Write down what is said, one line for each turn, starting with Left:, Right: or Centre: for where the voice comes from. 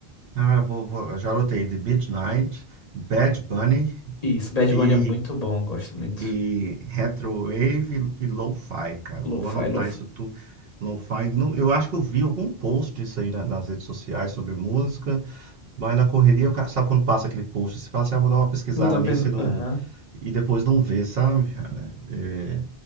Right: Ah, eu vou, vou- eu já anotei The Midnight, Bad Bunny
Left: Isso, Bad
Right: e,
Left: Bunny é muito bom, eu gosto muito.
Right: e Retrowave e, e Lo-Fi, cara.
Left: Lo-fi,
Right: Vou anotar
Left: lo-fi.
Right: isso tudo. Lo-Fi, não- eu acho que eu vi algum post disso aí na- nas redes sociais sobre música. Mas na correria, o ca- sabe quando passa aquele post? Você fala assim, ah, vou dar uma pesquisada
Left: Vou dar uma
Right: nisso
Left: pensada.
Right: e, não,
Left: Aham.
Right: e depois não vê, sabe, cara? É,